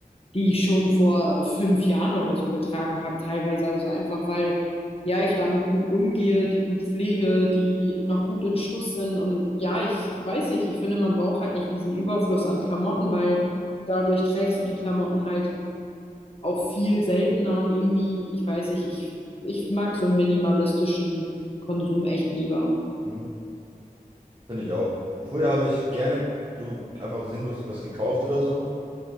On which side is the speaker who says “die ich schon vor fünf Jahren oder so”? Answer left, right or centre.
Left